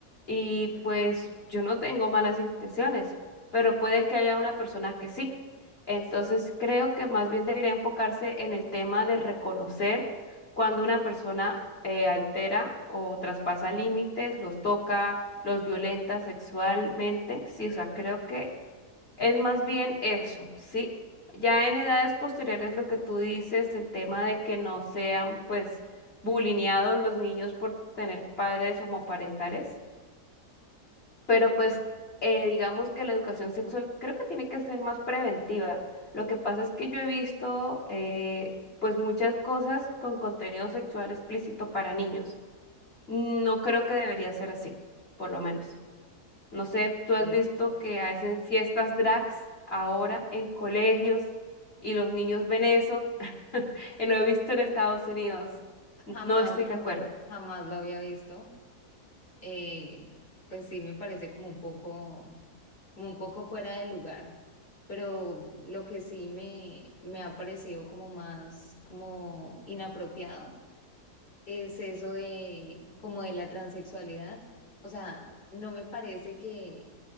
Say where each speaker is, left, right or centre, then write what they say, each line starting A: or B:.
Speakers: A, on the left; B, on the left.
A: y pues yo no tengo malas intenciones, pero puede que haya una persona que sí. Entonces creo que más bien debería enfocarse en el tema de reconocer cuando una persona eh, altera o traspasa límites, los toca, los violenta sexualmente, sí, o sea, creo que es más bien eso, sí. Ya en edades posteriores lo que tú dices, el tema de que no sean pues bulineados los niños por tener padres homoparentales, pero pues eh, digamos que la educación sexual creo que tiene que ser más preventiva. Lo que pasa es que yo he visto eh, pues muchas cosas con contenido sexual explícito para niños. No creo que debería ser así, por lo menos. No sé, tú has
B: Eh,
A: visto que hacen fiestas drags ahora en colegios y los niños ven eso. <laughs> Lo he visto en Estados Unidos.
B: jamás
A: No estoy de
B: lo,
A: acuerdo.
B: jamás lo había visto. Eh, pues sí me parece como un poco, como un poco fuera de lugar. Pero lo que sí me, me ha parecido como más como inapropiado es eso de como de la transexualidad. O sea, no me parece que,